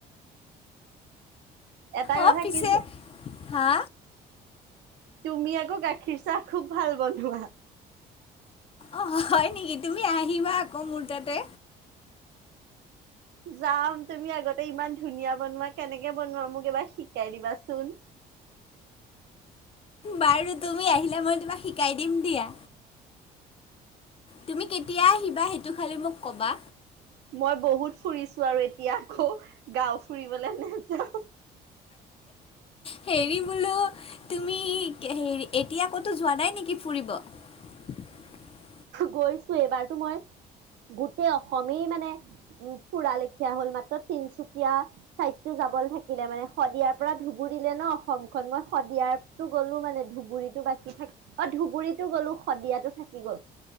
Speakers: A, on the right (about 85°); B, on the left (about 35°).
A: এটা
B: অ
A: কথা
B: পিছে
A: কি
B: হা।
A: তুমি আকৌ গাখীৰ চাহ খুব ভাল বনোৱা।
B: অ হয়, নেকি তুমি আহিবা আকৌ মোৰ তাতে।
A: যাম তুমি আগতে ইমান ধুনীয়া বনোৱা কেনেকে বনোৱা মোক এবাৰ শিকাই দিবাচোন।
B: বাৰু তুমি আহিলে মই তোমাক শিকাই দিম দিয়া। তুমি কেতিয়া আহিবা সেইটো খালি মোক ক'বা।
A: মই বহুত ফুৰিছো আৰু এতিয়া আকৌ গাঁও ফুৰিবলৈ নাযাওঁ।
B: হেৰি বোলো তুমি হেৰি এতিয়া ক'তো যোৱা নাই নেকি ফুৰিব। <inaudible>
A: গৈছো এইবাৰতো মই গোটেই অসমেই মানে। উম ফুৰা লেখিয়া হল মাত্ৰ তিনিচুকীয়া। চাইডটো যাবলৈ থাকিলে মানে শদিয়াৰ পৰা ধুবুৰী লে ন অসমখন মই শদিয়াৰ। তো গ'লো মানে ধুবুৰীতো বাকী থাকি অ ধুবুৰীতো গ'লো শদিয়াতো থাকি গ'ল।